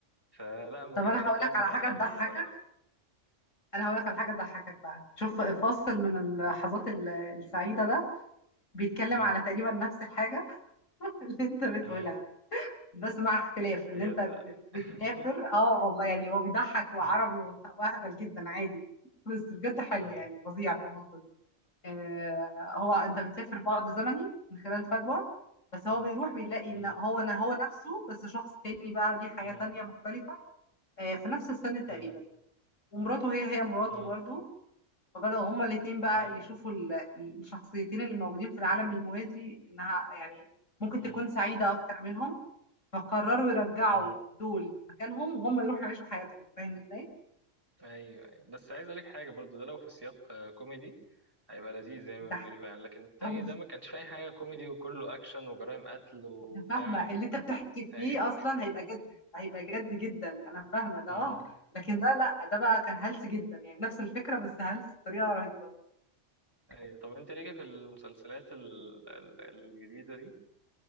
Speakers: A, on the right (about 20°); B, on the left (about 80°).
A: فلا ما
B: طب
A: كانش
B: انا
A: التايب
B: هقول لك
A: بتاعي
B: على حاجه
A: خالص
B: تضحكك
A: الصراحة
B: انا
A: ليه؟
B: هقول لك على حاجه تضحكك بقى شوف فاصل من اللحظات ال- السعيده ده بيتكلم
A: مم،
B: على تقريبا نفس الحاجه <laughs> اللي انت بتقولها
A: مم،
B: بس مع اختلاف ان
A: بجد
B: انت بت- بتسافر
A: <laughs>
B: اه والله يعني هو بيضحك وعربي
A: مم،
B: وه- واهبل جدا عادي بس بجد حلو
A: مم،
B: يعني فظيع في النقطه دي آه هو انت بتسافر بعد زمني من خلال فجوه بس هو
A: مم.
B: بيروح بيلاقي
A: مم.
B: ان هو انا هو نفسه بس شخص تاني بقى ليه حياه
A: مم.
B: تانيه مختلفه آه في نفس السن تقريبا
A: مم.
B: ومراته هي هي مراته
A: مم.
B: برضو فبدأوا هما الاتنين بقى
A: مم.
B: يشوفوا ال- ال- الشخصيتين اللي موجودين في العالم الموازي إنها يعني ممكن
A: مم.
B: تكون سعيدة أكتر منهم فقرروا يرجعوا
A: مم.
B: دول مكانهم وهم يروحوا يعيشوا حياتهم فاهم ازاي؟
A: ايوه أيوة. بس عايز اقول لك حاجه برضو ده لو في سياق آه، كوميدي هيبقى لذيذ زي
B: بيضحك
A: ما بتقولي فعلا لكن التاني
B: أوي
A: ده ما كانش فيه اي حاجه كوميدي وكله اكشن وجرائم قتل وبتاع
B: أنا فاهمة اللي أنت بتحكي
A: اي
B: فيه أصلا هيبقى جد هيبقى جد جدا أنا فاهمة ده
A: مم.
B: أه لكن ده لأ ده بقى كان هلس جدا يعني نفس الفكرة بس هلس بطريقة رهيبة
A: اي طب انت ليه في المسلسلات ال... ال... الجديده دي